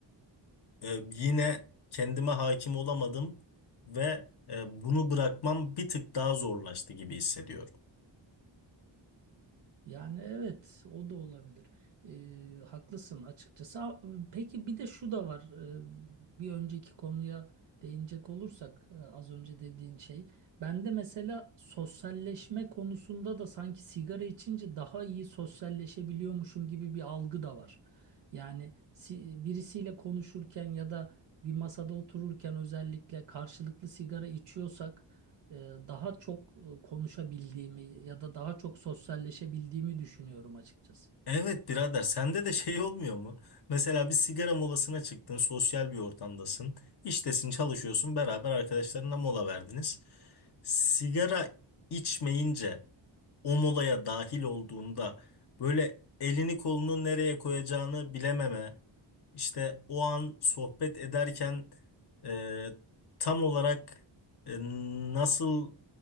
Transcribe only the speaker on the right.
Yani evet o da olabilir. Ee, haklısın açıkçası. A- Peki bir de şu da var. Ee, bir önceki konuya değinecek olursak e, az önce dediğin şey. Ben de mesela sosyalleşme konusunda da sanki sigara içince daha iyi sosyalleşebiliyormuşum gibi bir algı da var. Yani si- birisiyle konuşurken ya da bir masada otururken özellikle karşılıklı sigara içiyorsak e, daha çok e, konuşabildiğimi ya da daha çok sosyalleşebildiğimi düşünüyorum açıkçası.